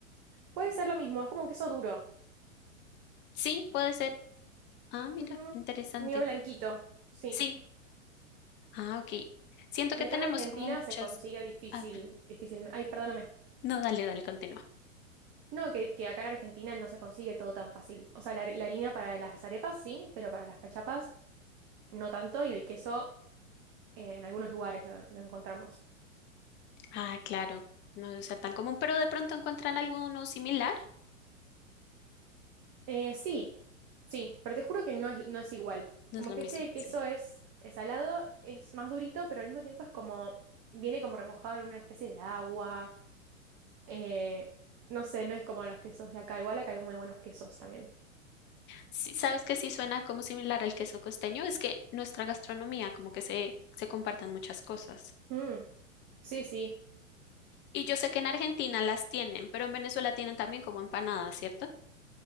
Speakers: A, on the right (about 35°); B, on the left (about 25°).
A: Puede ser lo mismo, es como un queso duro,
B: Sí, puede ser. Ah, mira,
A: Ujú.
B: interesante.
A: Medio blanquito, sí.
B: Sí, Ah, ok. Siento que
A: Y acá
B: tenemos
A: en Argentina
B: como muchas.
A: se consigue difícil,
B: Ah, perdón.
A: difícil. Ay, perdóname.
B: No, dale, dale, continúa.
A: No, que, que acá en Argentina no se consigue todo tan fácil. O sea, la, la harina para las arepas sí, pero para las cachapas no tanto, y el queso eh, en algunos lugares lo lo encontramos.
B: Ah, claro, no debe ser tan común, pero de pronto encuentran alguno similar.
A: Eh, sí, sí, pero te juro que no es, no es igual.
B: No
A: Como
B: es lo
A: que
B: mismo,
A: este queso
B: sí.
A: es, es salado, es más durito, pero al mismo tiempo es como, viene como remojado en una especie de agua. Eh, no sé, no es como los quesos de acá. Igual acá hay muy buenos quesos también.
B: Sí, ¿sabes que sí suena como similar al queso costeño? Es que nuestra gastronomía, como que se, se compartan muchas cosas.
A: Mm, sí, sí.
B: Y yo sé que en Argentina las tienen, pero en Venezuela tienen también como empanadas, ¿cierto?